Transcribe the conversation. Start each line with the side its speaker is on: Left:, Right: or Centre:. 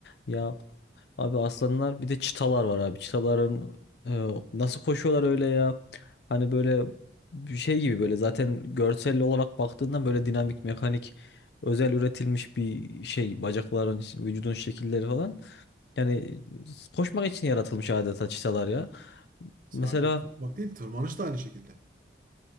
Left: Ya abi aslanlar bir de çitalar var abi. Çitaların e, nasıl koşuyorlar öyle ya? Hani böyle bir şey gibi böyle zaten görsel olarak baktığında böyle dinamik, mekanik, özel üretilmiş bir şey. Bacakların, vücudun şekilleri falan. Yani koşmak için yaratılmış adeta çitalar ya.
Right: Sadece
Left: Mesela
Right: konuşmak değil, tırmanış da aynı şekilde.